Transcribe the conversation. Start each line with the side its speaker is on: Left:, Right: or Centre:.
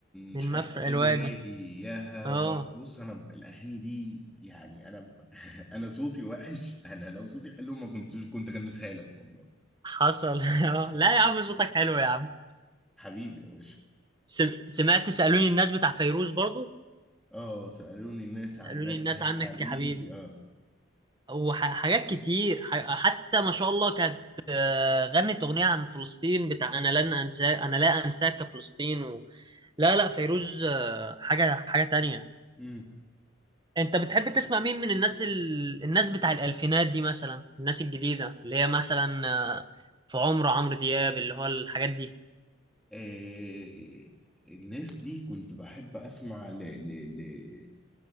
Centre: مش
Right: من
Centre: عارفه
Right: مفرق
Centre: ايه
Right: الوادي
Centre: الوادي ياها
Right: اه
Centre: و- بص انا ب- الاغاني دي يعني انا ب- <laughs> انا صوتي وحش انا لو صوتي حلو ما كنتش كنت غنيتها لك والله
Right: حصل <laughs> آه، لا يا عم صوتك حلو يا عم
Centre: حبيبي يا باشا
Right: سم- سمعت سالوني الناس بتاع فيروز برضو
Centre: اه سألوني الناس عنك
Right: سالوني الناس
Centre: يا
Right: عنك
Centre: حبيبي
Right: يا حبيبي
Centre: اه
Right: وحاجات كتير ح- حتى ما شاء الله كانت آه، غنت أغنية عن فلسطين بتاع أنا لن أنساك أنا لا أنساك يا فلسطين و... لا لا فيروز آه، حاجة حاجة تانية
Centre: امم
Right: أنت بتحب تسمع مين من الناس ال... الناس بتاع الألفينات دي مثلا الناس الجديدة اللي هي مثلا آه، في عمر عمرو دياب اللي هو الحاجات دي
Centre: آه الناس دي كنت بحب اسمع ل ل ل